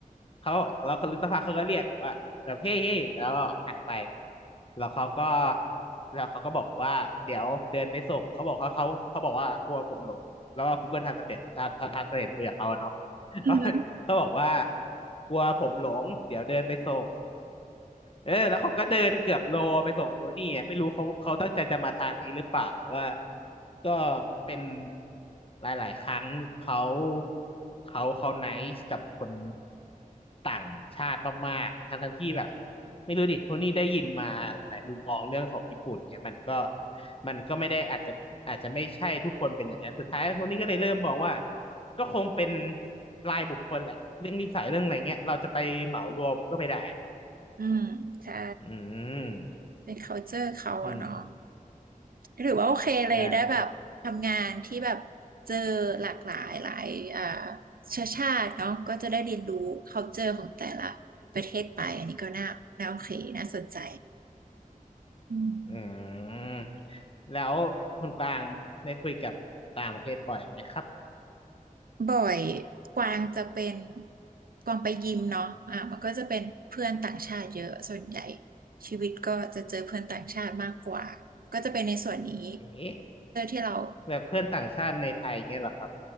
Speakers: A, on the left; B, on the right.
A: เขาบอกแล้วคนสักพักเขาก็เรียกแบบว่าแบบเฮ้เฮ้แล้วก็หันไปแล้วเขาก็แล้วเขาก็บอกว่าเดี๋ยวเดินไปส่งเขาบอกเขาเขาเขาบอกว่ากลัวผมหลงแล้วก็ Google Translate ทานทานทานสเ็ทคุยกับเขาอะเนาะ
B: อืม
A: <laughs> เขาบอกว่ากลัวผมหลงเดี๋ยวเดินไปส่ง เออแล้วเขาก็เดินเกือบโลไปส่งโทนี่อะไม่รู้เขาเขาตั้งใจจะมาทางนี้หรือเปล่าแต่ว่าก็เป็นหลายๆครั้งเขาเขาเขาไนซ์กับคนต่างชาติมากๆทั้งทั้งที่แบบไม่รู้ดิโทนี่ได้ยินมาหลายๆมุมมองเรื่องของญี่ปุ่นเนี่ยมันก็มันก็ไม่ได้อาจจะอาจจะไม่ใช่ทุกคนเป็นอย่างนั้นสุดท้ายโทนี่ก็เลยเริ่มมองว่าก็คงเป็นรายบุคคลแหละเรื่องนิสัยเรื่องอะไรเงี้ยเราจะไปเหมารวมก็ไม่ได้
B: อืมใช่
A: อืม
B: เป็น culture เขาอะเนาะ
A: อืม
B: หรือว่าโอเคเลย
A: ได้แต่
B: ได้แบบทำงานที่แบบเจอหลากหลายหลายอ่าเชื้อชาติเนาะก็จะได้เรียนรู้ culture ของแต่ละประเทศไป อันนี้ก็น่าน่าโอเค น่าสนใจอืม
A: อืมแล้วคุณกวางได้คุยกับต่างประเทศบ่อยไหมครับ
B: บ่อยกวางจะเป็นกวางไปยิมเนาะอ่ะมันก็จะเป็นเพื่อนต่างชาติเยอะส่วนใหญ่ชีวิตก็จะเจอเพื่อนต่างชาติมากกว่าก็จะเป็นในส่วนนี้
A: เอ๊ะ
B: เพื่อที่เรา
A: แบบเพื่อนต่างชาติในไทยเงี้ยเหรอครับ